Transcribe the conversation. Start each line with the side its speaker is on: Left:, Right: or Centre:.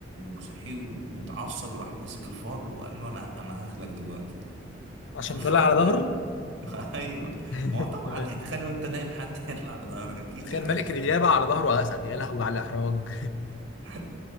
Right: وصحي ومتعصب وراح ماسك الفار وقال له أنا أنا هاكلك دلوقتي
Left: عشان
Right: فالفار
Left: طلع على
Right: بقى
Left: ظهره
Right: <laughs> أيوه
Left: <laughs>
Right: ما هو طبعا
Left: تمام
Right: يعني تخيل وأنت نايم حد يطلع على ظهرك أكيد
Left: تخيل
Right: يعني
Left: ملك
Right: هتستنى
Left: الغابة على ظهره أسد يا لهوي على الإحراج
Right: <laughs>